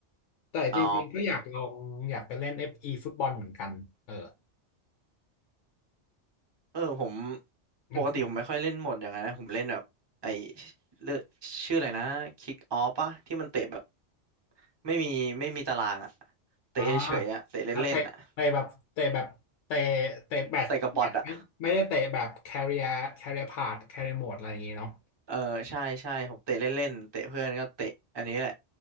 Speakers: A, on the left (about 80°); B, on the right (about 30°).
A: แต่จริงๆก็อยากลองอยากไปเล่น
B: อ๋อ
A: FE ฟอีฟุตบอลเหมือนกันเออ
B: เออผม
A: มันคือ
B: ปกติผมไม่ค่อยเล่นโหมดอย่างนั้นนะผมเล่นแบบไอเลือกชื่ออะไรนะคิกออฟปะที่มันเตะแบบไม่มีไม่มีตารางอ่ะเตะเฉยๆอ่ะเตะเล่นๆอ่ะ
A: อ๋ออ่ะเตะเตะแบบเตะแบบเตะเตะแบตต่อแบตไม่ไม่ได้เตะแบบ
B: เตะกับบอทอ่ะ
A: career career path career mode อะไรอย่างงี้เนาะ
B: เออใช่ใช่ผมเตะเล่นๆเตะเพื่อนก็เตะอันนี้แหละ